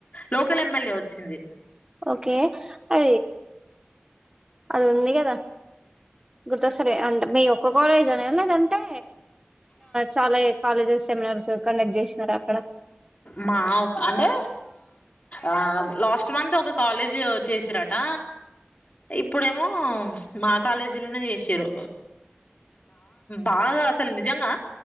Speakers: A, on the left; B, on the right.
A: లోకల్ ఎమ్మెల్యే వచ్చింది
B: ఓకే అ అది కదా గుర్తొస్తలే అంటే మీ ఒక్క కాలేజ్ అనే లేదంటే చాలా కాలేజెస్ సెమినార్స్ కండక్ట్ చేసినారు అక్కడ
A: మా అంటే ఆ లాస్ట్ మంత్ ఒక కాలేజ్ చేసిరాట ఇప్పుడేమో మా కాలేజీ లోనే చేసారు బాగా అసలు నిజంగా